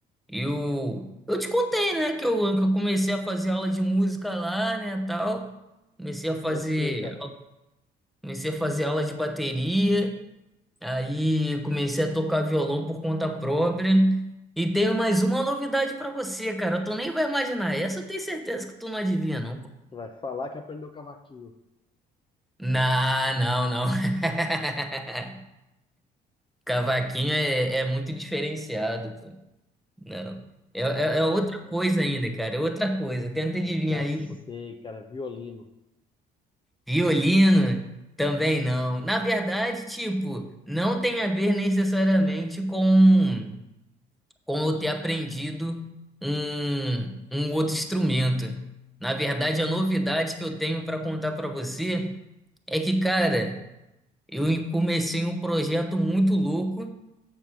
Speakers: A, in the centre; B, on the left.
A: eu, eu te contei, né, que eu, que eu comecei a fazer aula de música lá, né, tal. Comecei
B: Contou
A: a fazer,
B: assim, cara.
A: comecei a fazer aula de bateria, aí comecei a tocar violão por conta própria. E tenho mais uma novidade pra você, cara. Tu nem vai imaginar. Essa eu tenho certeza que tu não adivinha, não.
B: Vai falar que aprendeu cavaquinho.
A: Não, não, não. <laughs> Cavaquinho é, é muito diferenciado, pô. Não. É, é,
B: Ah,
A: é outra
B: cara,
A: coisa ainda, cara. É outra coisa. Tenta adivinhar
B: já
A: aí,
B: sei,
A: pô.
B: cara. Violino.
A: Violino também não. Na verdade, tipo, não tem a ver necessariamente com, com eu ter aprendido um, um outro instrumento. Na verdade, a novidade que eu tenho para contar para você é que, cara, eu comecei um projeto muito louco.